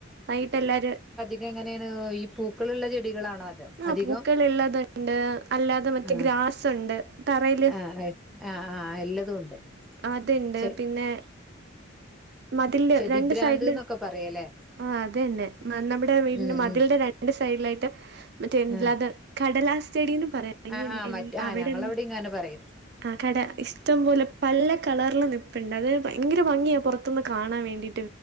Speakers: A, on the right; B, in the centre.
A: വൈകിയിട്ട് എല്ലാരും
B: തെങ്ങനെയാണ് ഈ പൂക്കളുള്ള ചെടികളാണോ അതോ
A: ആഹ്
B: അധികം
A: പൂക്കള് ള്ളത്ണ്ട് അല്ലാതെ മറ്റേ
B: ആഹ്
A: ഗ്രാസ്ണ്ട് തറയില്
B: ആഹ് ആഹ് ആഹ് എല്ലതും ഉണ്ട്
A: അത്ണ്ട്
B: ചെ
A: പിന്നെ മതില്ല്
B: ചെടിഭ്രാന്ത്
A: രണ്ട് സൈഡില്
B: എന്നൊക്കെ പറയല്ലേ
A: ആഹ് അതന്നെ ന്ന നമ്മുടെ വീടിന്റെ
B: ഉം
A: മതിൽന്റെ ര ണ്ട് സൈഡിലായിട്ട് മറ്റേ <unintelligible>
B: ഉം
A: കടലാസ് ചെടിനും പറയാം
B: ആഹ്
A: <unintelligible>
B: ആഹ് ആഹ് മറ്റേ ആഹ്
A: അവിടെന്ത്
B: ഞങ്ങളവിടെ ഇങ്ങനെ പറയും
A: ആഹ് കട ഇഷ്ടം പോലെ പല കളറില് നിപ്പ്ണ്ട് അത് ഭയങ്കര ഭംഗിയാ പൊറ ത്ത്ന്ന് കാണാൻ വേണ്ടി